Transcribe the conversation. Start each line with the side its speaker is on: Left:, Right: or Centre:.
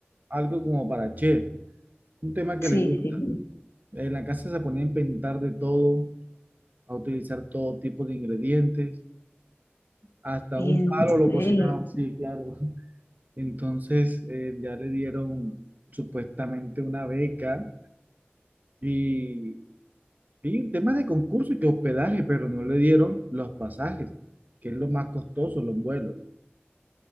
Right: algo como para chef, un tema que
Left: Sí,
Right: le gusta.
Left: sí.
Right: En la casa se ponía a inventar de todo, a utilizar todo tipo de ingredientes, hasta
Left: sí.
Right: un
Left: En
Right: palo lo
Left: serio.
Right: cocinaban, sí, claro. Entonces eh, ya le dieron supuestamente una beca y Vi un tema de concurso y que hospedaje, pero no le dieron los pasajes, que es lo más costoso, los vuelos.